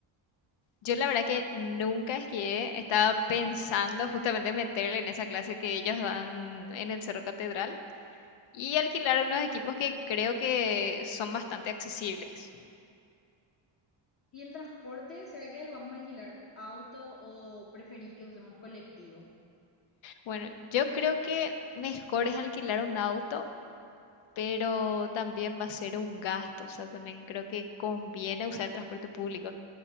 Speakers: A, on the left; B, on the left.
A: Yo la verdad que nunca esquié, estaba pensando justamente meterle en esa clase que ellos dan en el Cerro Catedral Y alquilar unos equipos que creo que son bastante accesibles.
B: ¿Y el transporte? ¿Será que lo vamos a alquilar auto o preferís que usemos colectivo?
A: Bueno, yo creo que mejor es alquilar un auto, pero también va a ser un gasto. O sea, también creo que conviene usar el transporte público.